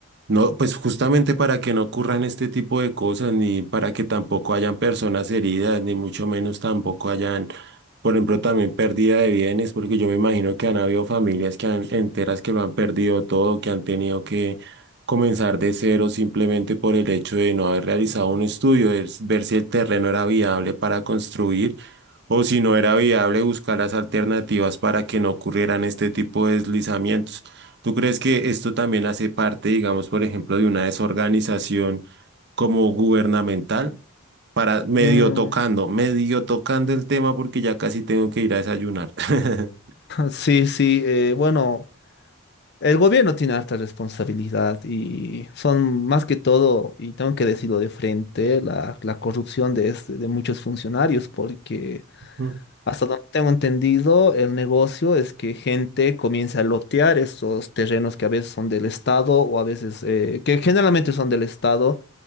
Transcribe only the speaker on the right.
No, pues justamente para que no ocurran este tipo de cosas, ni para que tampoco hayan personas heridas, ni mucho menos tampoco hayan, por ejemplo, también pérdida de bienes, porque yo me imagino que han habido familias que han, enteras que lo han perdido todo, que han tenido que comenzar de cero simplemente por el hecho de no haber realizado un estudio, de ver si el terreno era viable para construir o si no era viable buscar las alternativas para que no ocurrieran este tipo de deslizamientos. ¿Tú crees que esto también hace parte, digamos, por ejemplo, de una desorganización como gubernamental? Para medio
tocando, medio tocando el tema porque ya casi tengo que ir a desayunar. <laughs>
Mm,